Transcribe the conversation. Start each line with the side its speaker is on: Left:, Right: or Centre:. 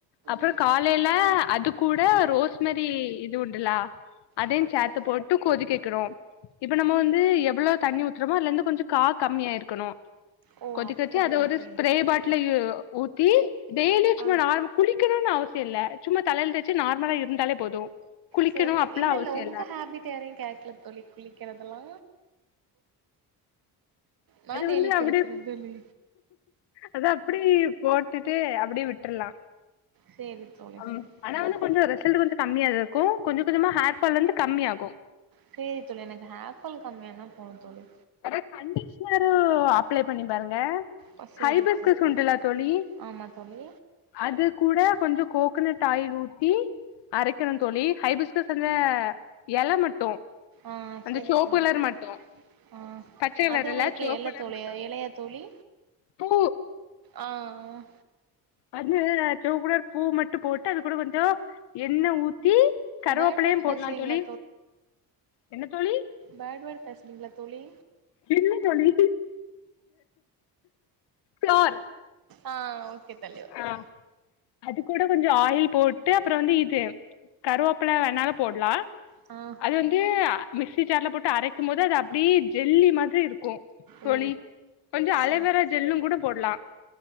Left: அப்றோ
Right: ம்
Left: கால் லேல அது கூட ரோஸ்மேரி இது உண்டுலா அதையு
Right: ஆமா
Left: சேத்து
Right: தோழி
Left: போ ட்டு கொதிக்க வைக்கணு இப்ப நம்ம வந்து எவுளோ தண்ணி ஊத்துறமோ அதுல இருந்து கொஞ்சு கா கம்மியா வே இருக்கணு
Right: ஓ
Left: கொதிக்க
Right: அப்டி
Left: வச்சு அத
Right: தோழி
Left: ஒரு ஸ்பிரே பாட்லயு ஊத்தி டெய்லி சும்மா
Right: ஆ
Left: நார்ம குளிக்கணுனு அவசிய இல்ல சும்மா தலைல் தேச்சு நார்மலா இருந்தாலே போது குளிக்கணு
Right: சேரி தோழி
Left: அப்பல்லா
Right: இல்ல
Left: அவசியோ
Right: இல்ல உங்க ஹேபிட்டேரையு கேக்குல தோழி குளிக்கறதுலா நா
Left: அது
Right: டெய்லி
Left: வந்து
Right: குளிச்சிருவே
Left: அப்புடி
Right: தோழி
Left: அத அப்புடி போட்டுட்டு அப்டி விட்றுலா
Right: சேரி தோழி
Left: ஆ
Right: சேரி
Left: ஆனாலு
Right: சேரி
Left: கொஞ்சோ ரிசல்ட்டு வந்து கம்மியாதா இருக்கு கொஞ்சோ கொஞ்சமா ஹேர்ஃபால் வந்து கம்மியாகு
Right: சேரி தோழி எனக்கு ஹேர்ஃபால் கம்மியானா போது தோழி
Left: வேற கண்டிஷ்னரு அப்ளே பண்ணி பாருங்க
Right: ஓ சேரி
Left: ஹைபிஸ்கஸ்
Right: தோழி
Left: உண்டுல தோழி
Right: ஆமா தோழி
Left: அது கூட கொஞ்சோ கோக்கனட் ஆயில் ஊத்தி அரைக்கணுன் தோழி ஹைபிஸ்கஸ் சுல்ல எல மட்டு
Right: ஆ
Left: அந்த
Right: சேரி
Left: சிவப்பு
Right: தோழி
Left: கலர் மட்டு
Right: ஆ
Left: பச்ச கலர்
Right: அது
Left: இல்ல
Right: உங்ளுக்கு
Left: சிவப்பு
Right: எல்ல
Left: கலர்
Right: தோழி
Left: மட்டு
Right: எலையா தோழி
Left: பூ
Right: ஆ ஆ
Left: அந்த செவ்ப்பு கலர் பூ மட்டு போட்டு அது கூட கொஞ்சோ எண்ண ஊத்தி கருவேப்புலையு
Right: பேர்ட் வாட்ச்
Left: போட்லா
Right: பேசுறீங்களா
Left: தோழி என்ன தோழி
Right: பேட்வேடு பேசுறீங்ளா தோழி
Left: இல்ல தோழி ஃபார்
Right: ஆ ஓகே தோழி ஓகே
Left: அ அது கூட கொஞ்சோ ஆயில் போட்டு அப்புறோ வந்து இது கருவப்புல வேணாலு போட்லா
Right: ஆ
Left: அது வந்து மிக்ஸி ஜார்ல போட்டு அரைக்குமோது அது அப்டி ஜெல்லி மாதிரி இருக்கு தோழி
Right: ஓ
Left: கொஞ்சோ அலவேரா
Right: சேரி
Left: ஜெல்லுங் கூட போட்லா